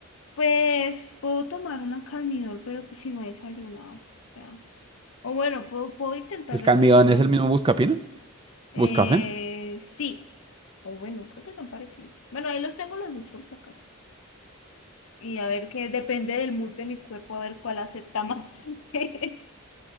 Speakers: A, on the left (about 60°); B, on the right (about 20°).
A: pues, puedo tomar una Calmidol, pero pues si no he desayunado, ya. O bueno, puedo, puedo intentar
B: ¿El
A: desayunar.
B: cambio es el mismo buscapina?
A: Eh,
B: buscafen.
A: sí. O bueno, creo que tan parecidos. Bueno, ahí los tengo los dos por si acaso. Y a ver qué depende del mood de mi cuerpo, a ver cuál acepta más. <laughs>